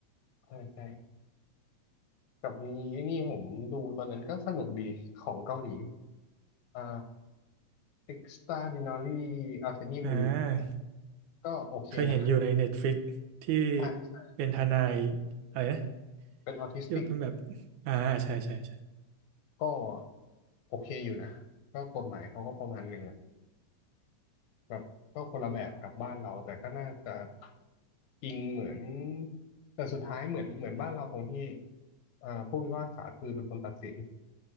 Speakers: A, on the left; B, on the right.
A: ใช่ใช่กับมีไอ้นี่ผมดูตอนนั้นก็สนุกดีของเกาหลีอ่า Extraordinary Attorney Woo
B: อ่า
A: ก็โอเคนะ
B: เคยเห็นอยู่ใน Netflix ที่
A: ใช่ใช่
B: เป็นทนายอะไรนะ
A: เป็นออทิสติก
B: ที่มันเป็นแบบอ่าใช่ใช่ใช่
A: ก็โอเคอยู่นะ ก็กฎหมายเขาก็ประมาณหนึ่งอะแบบก็คนละแบบกับบ้านเรา แต่ก็น่าจะอิงเหมือนแต่สุดท้ายเหมือนเหมือนบ้านเราตรงที่อ่าผู้พิพากษาคือเป็นคนตัดสิน